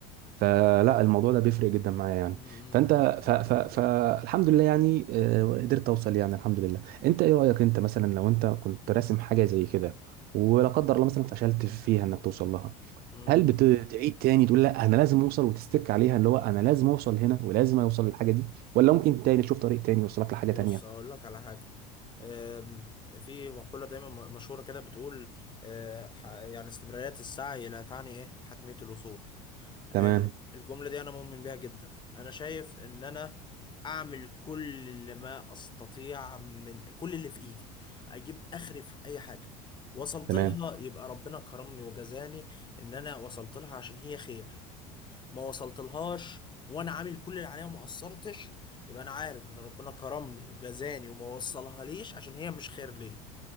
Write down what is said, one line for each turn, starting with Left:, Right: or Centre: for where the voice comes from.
Right: فلا الموضوع ده بيفرق جدا معايا يعني
Left: م-
Right: فانت
Left: م-
Right: ف... ف... فالحمد لله يعني آه، قدرت اوصل يعني الحمد لله انت ايه رايك انت مثلا لو انت كنت راسم حاجه زي كده ولا قدر الله مثلا فشلت فيها انك توصل لها
Left: م-
Right: هل بتعيد تاني تقول لا انا لازم اوصل وتستك عليها اللي هو انا لازم اوصل هنا ولازم اوصل للحاجه دي ولا ممكن تاني تشوف طريق تاني يوصلك لحاجه
Left: بص
Right: تانيه
Left: اقول لك على حاجه أم، في مقوله دايما م- مشهوره كده بتقول أه، ح- يعني استمراريه السعي لا تعني ايه حتميه الوصول
Right: تمام
Left: أه، الجمله دي انا مؤمن بيها جدا انا شايف ان انا اعمل كل اللي ما استطيع من كل اللي في ايدي اجيب اخري في اي حاجه وصلت
Right: تمام
Left: لها يبقى ربنا كرمني وجزاني ان انا وصلت لها عشان هي خير ما وصلتلهاش وانا عامل كل اللي عليا وما قصرتش يبقى انا عارف ان ربنا كرمني وجزاني وما وصلها ليش عشان هي مش خير ليا